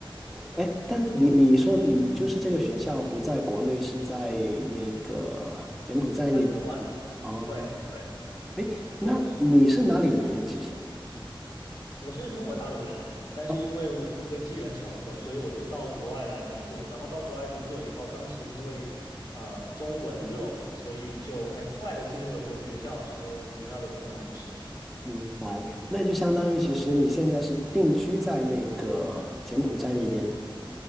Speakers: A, in the centre; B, on the left.
A: 哎，但你你说你就是这个学校不在国内，是在那个柬埔寨那边是吗哦，
B: <laughs> 在国外，对对
A: 哎，那你是哪里人呀？
B: 对，
A: 其实？
B: 我是中国大陆人，但是因为我有一个机缘巧合，
A: 哦，
B: 所以我就到国外来工作。然后到国外工作以后，当时因为呃中文热嘛，所以就很意外的进入了国际学校，成为了国际学校的中文老师。
A: 明白，那就相当于其实你现在是定居在那个柬埔寨那边。